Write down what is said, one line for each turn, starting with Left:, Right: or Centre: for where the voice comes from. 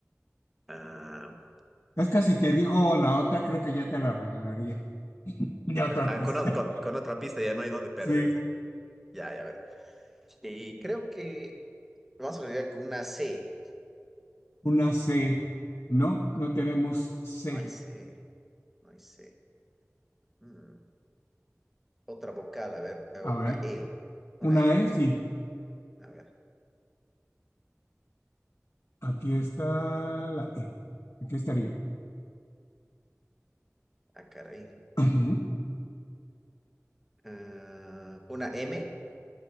Centre: Ah,
Left: Es que si te digo la otra, creo que ya te la regalaría. De otra
Centre: ok, ah,
Left: pista.
Centre: con, o-
Left: <laughs>
Centre: con- con otra pista ya no hay dónde perderse.
Left: Sí,
Centre: Ya, ya, a ver. Y creo que vamos a llegar con una C.
Left: una C. No, no tenemos C.
Centre: No hay C. No hay C. Mm. Otra vocal, a ver, eh, una
Left: A ver,
Centre: E.
Left: una
Centre: Una E.
Left: E, sí.
Centre: A ver.
Left: Aquí está la E. Aquí estaría.
Centre: Ah, caray.
Left: Ujú.
Centre: Ah, una M,